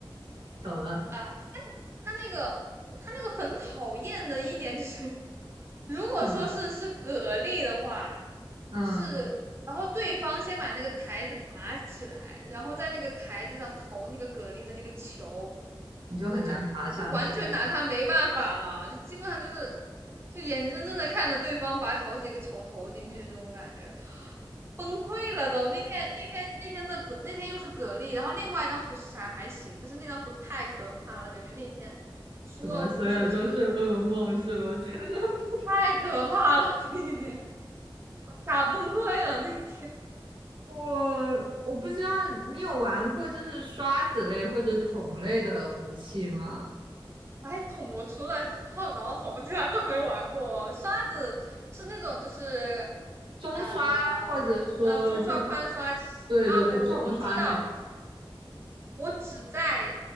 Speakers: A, on the right; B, on the right.
A: 懂了，
B: 啊，他他那个他那个很讨厌的一点就是，<laughs> 如果说是是蛤蜊的话，
A: 是什么？嗯，
B: 就是然后对方先把那个台子砸起来，然后在那个台子上投那个蛤蜊的那个球，
A: 你就很难爬上去。
B: 我就就完全拿他没办法了，就基本上就是就眼睁睁的看着对方把好几个球投进去，这种感觉崩溃了都。那天那天那天的蛤那天又是蛤蜊，然后另外一张图是啥还行，但是那张图太可怕了，感觉那天输了无数场的感觉，
A: 怎么所有都是噩梦是吗？<laughs> 在那上
B: 太可怕了，<laughs> 那一天打崩溃了那一
A: 我我不知道你有玩过就是刷子类或者桶类的武器吗？
B: 哎，桶我除了泡澡桶，其他都没玩过。刷子是那种就是，
A: 中刷或者说就是
B: 呃呃，中刷、宽刷其实啊，
A: 对对对重刷那种
B: 我我我知道，我只在